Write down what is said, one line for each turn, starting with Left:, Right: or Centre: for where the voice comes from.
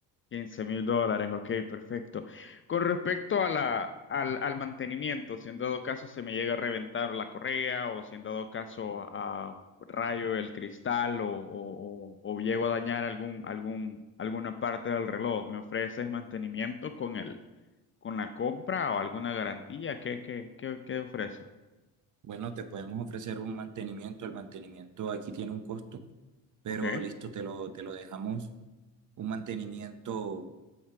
Left: quince mil dólares, ok, perfecto. Con respecto a la, al, al mantenimiento, si en dado caso se me llega a reventar la correa o si en dado caso a rayo el cristal o, o, o- o llego a dañar algún, algún, alguna parte del reloj, ¿me ofreces mantenimiento con el con la compra o alguna garantía? ¿Qué, qué, qué, qué ofrece?
Right: Bueno, te podemos ofrecer un mantenimiento, el mantenimiento aquí tiene un costo, pero
Left: Ok,
Right: listo, te lo, te lo dejamos. Un mantenimiento